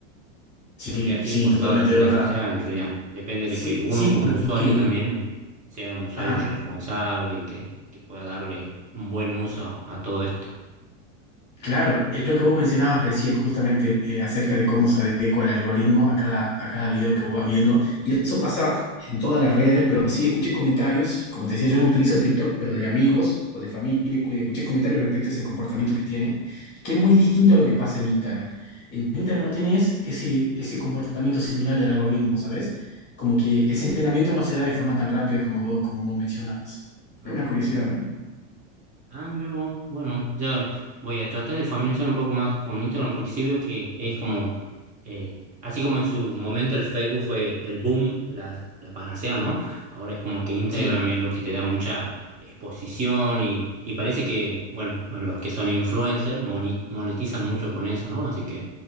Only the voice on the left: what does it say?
sí,
sí,
totalmente
de verdad.
Sí,
sí,
porque...
Ajá.
Claro, es lo que vos mencionabas recién justamente eh, acerca de cómo se adecua el algoritmo a cada, a cada video que vos vas viendo. Y eso pasa en todas las redes, pero sí escuché comentarios, como te decía, yo no utilizo TikTok, pero de amigos o de familia, que escuché comentarios respecto a ese comportamiento que tiene, que es muy distinto a lo que pasa en Instagram. En Instagram no tenés ese, ese comportamiento similar del algoritmo, ¿sabes? Como que ese entrenamiento no se da de forma tan rápida como vos, como vos mencionabas.
Es una curiosidad, ¿no?
Sí,